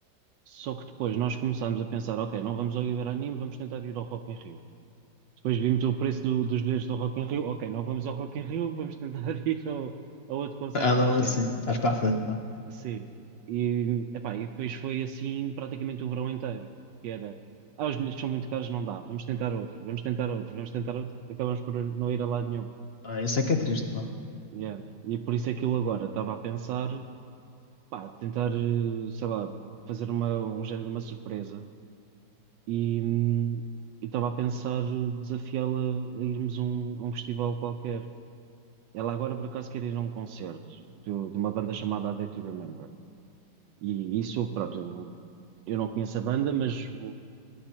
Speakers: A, on the right; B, on the left.
A: Só que depois nós começámos a pensar, ok, não vamos ao Iberanime, vamos tentar ir ao Rock in Rio. Depois vimos o preço do- dos bilhetes do Rock in Rio, ok, não vamos ao Rock in Rio, vamos tentar <laughs> ir ao, a outro
B: <laughs>
A: concerto
B: Andam
A: qualquer.
B: assim, estás para a frente, pá.
A: Sim. E, epá, e depois foi assim praticamente o verão inteiro, que era, ah, os bilhetes são muito caros, não dá, vamos tentar outro, vamos tentar outro, vamos tentar outro, acabamos por não ir a lado nenhum.
B: Ah, isso é que é triste, pá.
A: Yeah. E por isso é que eu agora estava a pensar, pá, tentar, eh, sei lá, fazer uma, um género de uma surpresa e hum, e estava a pensar desafiá-la a irmos a um, a um festival qualquer. Ela agora por acaso quer ir a um concerto do- de uma banda chamada A Day to Remember. E isso, pronto, Eu não conheço a banda, mas vou,